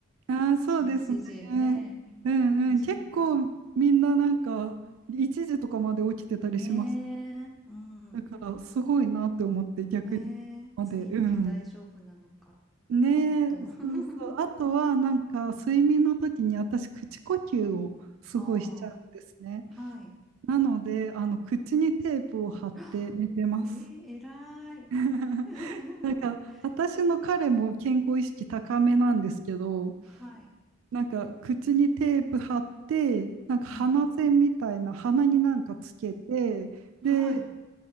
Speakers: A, on the right; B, in the centre.
A: ああ、そうですね。
B: 11時ねえ、みんな12時とか。
A: うん、うん、結構みんななんか一時とかまで起きてたりします。
B: ねえ、うん。
A: だからすごいなって思って逆に
B: ねえ、
A: まで、
B: 次の日大丈夫なのか。
A: うん。ねえ、
B: ねえ、本当。<laughs>
A: そうそう。あとはなんか睡眠の時に私口呼吸をすごいしちゃうんですね。
B: ああ、はい。
A: なので、あの口にテープを貼って寝てます。
B: <gasps> ええ、偉い。
A: <laughs>
B: <laughs>
A: なんか私の彼も健康意識高めなんですけど、
B: はい。
A: なんか口にテープ貼って、なんか鼻栓みたいな鼻になんかつけて、
B: うん。
A: で、
B: はい。